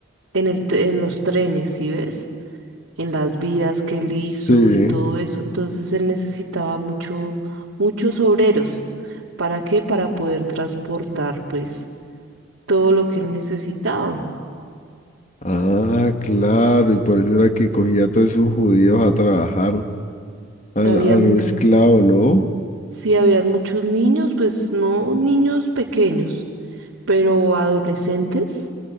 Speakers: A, on the right; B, on the left.
A: en el, tre- en los trenes, ¿sí ves? en las vías que él hizo
B: sí.
A: y todo eso. Entonces él necesitaba mucho, muchos obreros. ¿Para qué? Para poder transportar pues todo lo que él necesitaba.
B: Ah, claro, y por eso era que cogía a todos esos judíos a trabajar, a, a
A: Habían,
B: los esclavos, ¿no?
A: sí, habían muchos niños, pues no niños pequeños, pero adolescentes